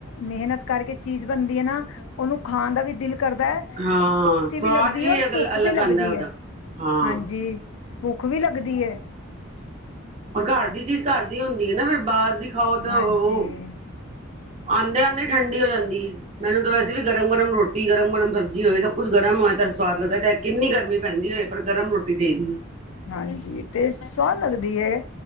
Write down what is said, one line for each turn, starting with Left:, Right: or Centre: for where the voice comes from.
Left: ਮਿਹਨਤ ਕਰਕੇ ਚੀਜ਼ ਬਣਦੀ ਹੈ ਨਾ ਉਹਨੂੰ ਖਾਣ ਦਾ ਵੀ ਦਿਲ ਕਰਦਾ ਐ। ਟੇਸਟੀ
Right: ਹਾਂ ਸਵਾਦ
Left: ਵੀ ਲੱਗਦੀ ਹੈ ਔਰ
Right: ਅ
Left: ਭੁੱਖ
Right: ਅਲੱਗ
Left: ਵੀ ਲੱਗਦੀ
Right: ਆਉਂਦਾ ਉਹਦਾ
Left: ਹੈ
Right: ਹਾਂ
Left: ਹਾਂਜੀ। ਭੁੱਖ ਵੀ ਲੱਗਦੀ ਐ।
Right: ਔਰ ਘਰ ਦੀ ਚੀਜ਼ ਘਰ ਦੀ ਹੁੰਦੀ ਏ ਨਾ ਫਿਰ ਬਾਹਰ ਦੀ ਖਾਓ ਤੇ
Left: ਹਾਂਜੀ
Right: ਉਹ ਆਦੇਂ-ਆਦੇਂ ਠੰਢੀ ਹੋ ਜਾਂਦੀ। ਮੈਨੂੰ ਤਾਂ ਵੈਸੇ ਵੀ ਗਰਮ-ਗਰਮ ਰੋਟੀ ਗਰਮ -ਗਰਮ ਸਬਜ਼ੀ ਜੀ ਹੋਵੇ ਤਾਂ ਕੁਛ ਗਰਮ ਹੋਏ ਤਾਂ ਸਵਾਦ ਲੱਗਦਾ ਚਾਹੇ ਕਿੰਨੀ ਗਰਮੀ ਪੈਂਦੀ ਹੋਵੇ ਪਰ ਗਰਮ ਰੋਟੀ ਚਾਈਦੀ ਏ
Left: ਹਾਂਜੀ ਟੇਸਟ ਸਵਾਦ ਲੱਗਦੀ ਏ